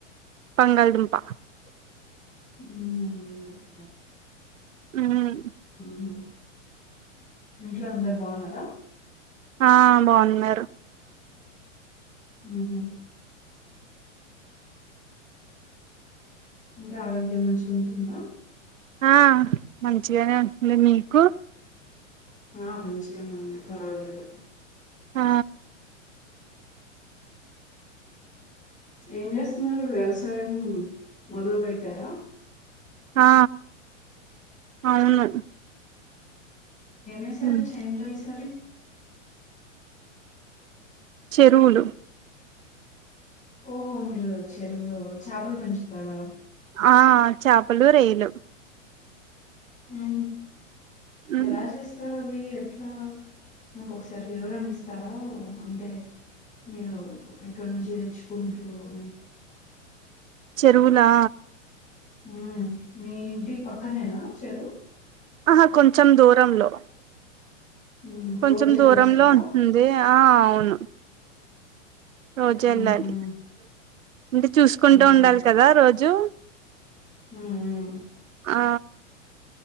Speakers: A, on the right (about 85°); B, on the left (about 20°).
A: బంగాళదుంప.
B: <inaudible>
A: హ్
B: ఉహు ఇంట్లో అందరు బావున్నరా?
A: ఆ బావున్నరు.
B: ఆహా అంతా ఆరోగ్యం మంచిగుంటుందా?
A: ఆ మంచిగనే ఉంటుంది. మీకు?
B: ఆ మంచిగనే ఉంది పర్వాలేదు.
A: ఆ
B: ఏం చేస్తున్నారు వ్యవసాయం మొదలు పెట్టారా.
A: ఆ అవును.
B: ఏమేసారు
A: మ్మ్
B: చైన్లో ఈసారి?
A: చెరువులు
B: ఓహో మీరు చెరువులు చాపలు పెంచుతారా?
A: ఆ చాపలు, రొయ్యలు.
B: ఊ
A: మ్మ్
B: ఎలా చేస్ తావి ఎట్ల నాకు ఒక్కసారి వివరాలు ఇస్తావా అంటే మీరు ఎక్కడ నుంచి నేర్చుకుంటూ ఉ
A: చెరువు లా
B: ఉమ్ మీ ఇంటి పక్కనేనా చెరువ్
A: ఆహా కొంచెం దూరంలో
B: మ్మ్.
A: కొంచెం
B: రోజు వెళ్ళొస్తారా
A: దూరంలో ఉంటుంది ఆ అవును రోజు వెళ్ళాలి
B: మ్మ్హూ.
A: అంటే చూసుకుంటూ
B: మ్మ్హూ.
A: ఉండాలి కదా రోజు
B: ఊ ఊ
A: ఆ